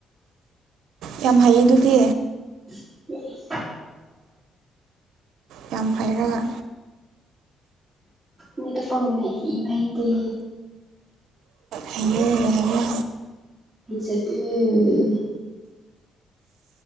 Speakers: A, on the right; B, on the right.
A: ꯌꯥꯝ ꯍꯩꯌꯦ ꯑꯗꯨꯗꯤ
B: <unintelligible>
A: ꯌꯥꯝ ꯐꯩꯔꯒ
B: ꯃꯤꯇ ꯄꯒꯝꯅ ꯏꯕ ꯏꯗꯤ
A: ꯍꯩꯌꯦ
B: <unintelligible>
A: ꯍꯩꯌꯦ